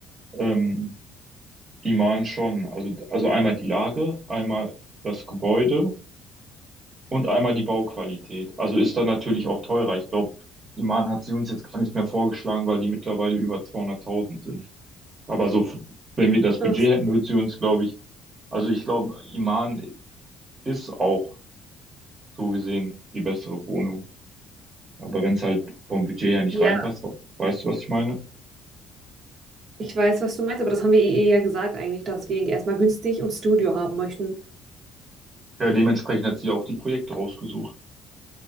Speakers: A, on the right; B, on the right.
A: ähm, Iman schon. Also, also einmal die Lage, einmal das Gebäude Und einmal die Bauqualität. Also ist dann natürlich auch teurer. Ich glaube, die Mahn hat sie uns jetzt gar nicht mehr vorgeschlagen, weil die mittlerweile über 200.000 sind. Aber so, f- wenn wir das
B: Ach
A: Budget hätten,
B: so.
A: würde sie uns, glaube ich, also ich glaube, Iman ist auch so gesehen die bessere Wohnung. Aber wenn es halt vom Budget her nicht
B: Ja,
A: reinpasst, we- weißt du, was ich meine?
B: ich weiß, was du meinst, aber das haben wir ihr ja gesagt eigentlich, dass wir erstmal günstig und Studio haben möchten.
A: Ja, dementsprechend hat sie auch die Projekte rausgesucht.